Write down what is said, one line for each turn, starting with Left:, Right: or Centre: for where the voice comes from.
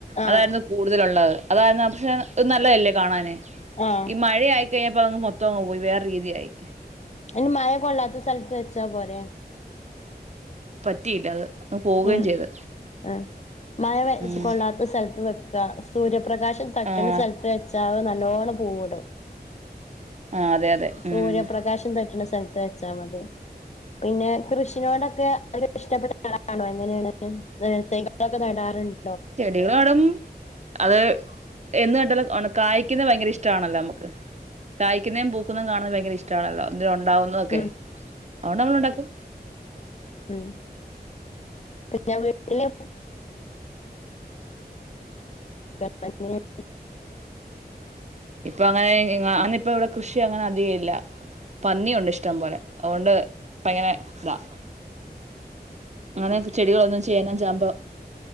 Left: ആഹ്
Right: അതായിരുന്നു കൂടുതലുള്ളത് അതായിരുന്നു പക്ഷെ അത് നല്ലതല്ലേ കാണാന്
Left: ആഹ്
Right: ഈ മഴയ ആയി കഴിഞ്ഞപ്പഅങ്ങ് മൊത്തം അങ്ങ്പോയി വേറെ രീതിയായി
Left: അയ്ന് മഴകൊള്ളാത്ത സ്ഥലത്ത് വച്ചാ പോരെ
Right: പറ്റിയില്ല അങ്ങ് അത് പോവുകയും
Left: ഉം
Right: ചെയ്ത്
Left: ഉ മഴ വ
Right: ഉം
Left: കൊള്ളത്തസ്ഥലത്ത് വെ- സൂര്യപ്രകാ- പ്രകാശം തട്ട്ണസ്ഥലത്ത്
Right: ആഹ്
Left: വെച്ചാൽ അത് നല്ല - നലോണം പുവ് ഇടും
Right: ആഹ് അതെ അതെ
Left: സൂര്യപ്രകാശം
Right: ഉം
Left: തട്ട്ണ സ്ഥല- സ്ഥലത്ത് വെച്ചാൽ മതി പിന്നെ- കൃഷിനോടൊക്കെ ഒരു- ഇഷ്ടപ്പെട്ടാണോ എങ്ങനെയാണ് തൈ നടാറുണ്ട്
Right: ചെടികളു നടും അത് എന്ന് കേട്ടല്ലോ കായക്കുന്നത് ഭയങ്കര ഇഷ്ടമാണല്ലോ നമ്മുക്ക് കായ്ക്കുന്നതും പൂക്കുന്നതും കാണുന്നത് ഭയങ്കര ഇഷ്ടമാണല്ലോ ഉണ്ടാവുന്നക്കെ
Left: ഉം
Right: അതുകൊണ്ട് നമ്മള ഉണ്ടാക്കക്ക്
Left: ഉം പിന്ന വീട്ടില് <unintelligible>
Right: ഇപ്പൊ അങ്ങനെ ങ്ങ അന്ന് ഇപ്പ ഇവിടെ കൃഷി അങ്ങനെ അധിക ഇല്ല പന്നിയുണ്ട് ഇഷ്ടം പോലെ അ ഓണ്ട് ഇപ്പങ്ങനെ താ അങ്ങനെ ചെടികളൊന്നും ചേന ചാമ്പ്